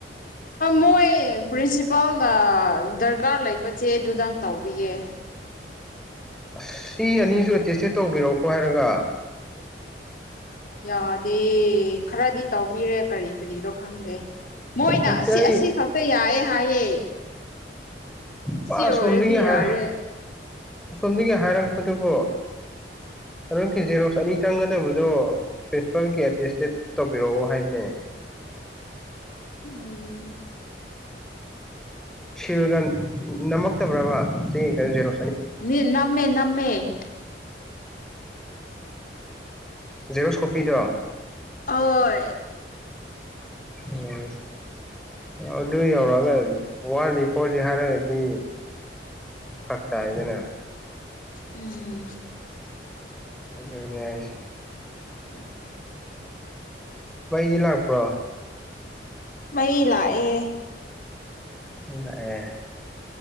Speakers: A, on the left; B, in the centre.
A: ꯃꯣꯏ ꯄ꯭ꯔꯤꯟꯁꯤꯄꯥꯜꯅ ꯗꯔꯀꯥꯔ ꯂꯩꯕꯁꯦ ꯑꯗꯨꯗꯪ ꯇꯧꯕꯤꯌꯦ
B: ꯑꯁ ꯁꯤ ꯑꯅꯤꯁꯨ ꯑꯦꯇꯦꯁꯇꯦꯠ ꯇꯧꯕꯤꯔꯛꯎꯀꯣ ꯍꯥꯏꯔꯒ
A: ꯌꯥꯗꯦ ꯈꯔꯗꯤ ꯇꯧꯕꯤꯔꯦ ꯀꯔꯤ ꯀꯔꯤꯅꯣ ꯈꯪꯗꯦ ꯃꯣꯏꯅ
B: ꯅꯠꯇꯦ
A: ꯑꯁꯤ
B: ꯑꯩ
A: ꯑꯁꯤ ꯈꯛꯇ ꯌꯥꯌꯦꯦ ꯍꯥꯏꯌꯦꯦ
B: ꯃꯥ
A: ꯑꯣꯏꯔꯗꯤ
B: ꯑꯁꯣꯝꯗꯒꯤ
A: ꯌꯥꯔꯦ
B: ꯍꯥꯏꯔ ꯑꯁꯣꯝꯗꯒꯤ ꯍꯥꯏꯔꯛꯄꯗꯨꯕꯨ ꯑꯀꯤꯦ ꯖꯦꯔꯣꯛꯁ ꯑꯅꯤ ꯆꯪꯒꯗꯕꯗꯣ ꯄ꯭ꯔꯤꯟꯁꯤꯄꯥꯜꯒꯤ ꯑꯦꯇꯦꯁꯇꯦꯠ ꯇꯧꯕꯤꯔꯛꯎ ꯍꯥꯏꯕꯅꯦ
A: ꯎꯝ
B: ꯁꯤꯜꯒ ꯅꯝꯃꯛꯇꯕ꯭ꯔꯕ ꯁꯤ ꯀꯩꯅꯣꯁꯤꯔꯣ
A: ꯅꯃꯦ ꯅꯃꯦ
B: ꯎ ꯖꯦꯔꯣꯁꯀꯣꯄꯤꯗꯣ
A: ꯑꯣ
B: ꯎꯝ ꯑꯗꯨ ꯌꯧꯔꯛꯑꯒ ꯋꯥꯠꯂꯤ ꯈꯣꯠꯂꯤ ꯍꯥꯏꯔꯒꯗꯤ ꯐꯛꯇ ꯍꯥꯏꯗꯅ
A: ꯎꯝ
B: ꯑꯗꯨꯅꯤ ꯍꯥꯏꯁꯦ
A: ꯎꯝ
B: ꯃꯩꯗꯤ ꯂꯥꯛꯄ꯭ꯔꯣ
A: ꯃꯩ ꯂꯥꯛꯑꯦ
B: ꯎ ꯑꯦ